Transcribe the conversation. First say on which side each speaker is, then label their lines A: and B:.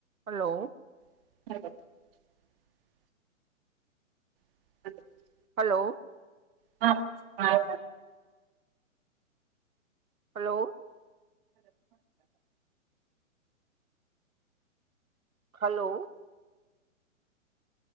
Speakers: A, on the right; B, on the right.
A: હલો.
B: <unintelligible> <unintelligible>
A: હલો.
B: હા હા.
A: હલો. હલો.